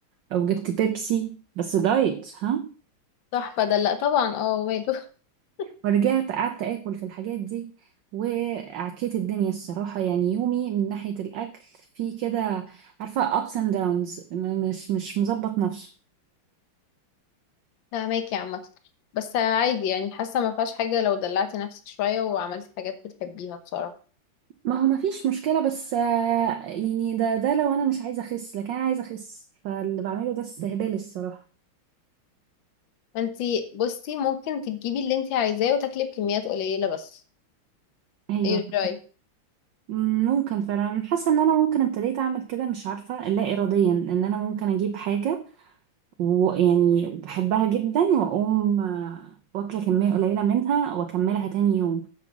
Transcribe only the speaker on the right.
أو جبت بيبسي بس دايت ها
ورجعت قعدت آكل في الحاجات دي وعكيت الدنيا الصراحة يعني يومي من ناحية الأكل في كده عارفة ups and downs م- مش مش مظبط نفسه
ما هو مفيش مشكلة بس آه، يعني ده ده لو أنا مش عايزة أخس لكن أنا عايزة أخس فاللي بعمله ده استهبال الصراحة
أيوة
مم، ممكن فعلا أنا حاسه ان انا ممكن ابتديت اعمل كده مش عارفه لا اراديا ان انا ممكن اجيب حاجه ويعني بحبها جدا واقوم آه، واكله كميه قليله منها واكملها تاني يوم